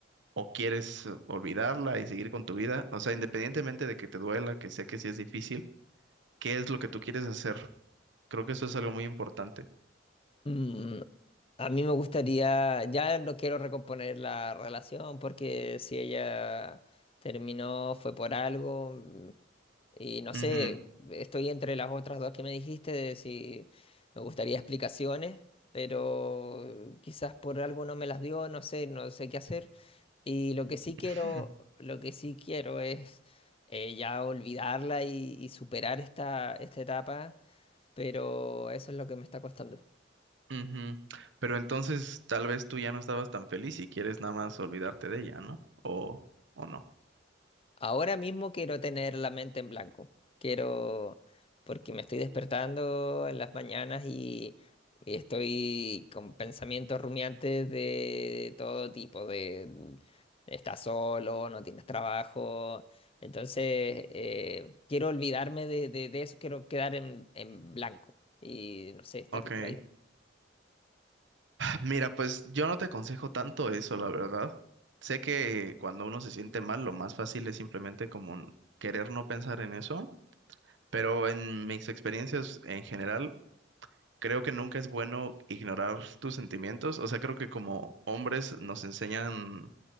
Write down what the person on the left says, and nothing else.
nada? A mí me gustaría, ya no quiero recomponer la relación porque si ella terminó fue por algo mm, y no sé,
estoy entre las otras dos que me dijiste de si me gustaría explicaciones, pero quizás por algo no me las dio, no sé, no sé qué hacer. Y lo que sí quiero,
lo que sí quiero es eh, ya olvidarla y, y superar esta, esta etapa, pero eso es lo que me está costando.
Ahora mismo quiero tener la mente en blanco. Quiero, porque me estoy despertando en las mañanas y, y estoy con pensamientos rumiantes de todo tipo, de mm, estás solo, no tienes trabajo. Entonces, eh, quiero olvidarme de, de, de eso, quiero quedar en, en blanco y, no sé, estar
distraído.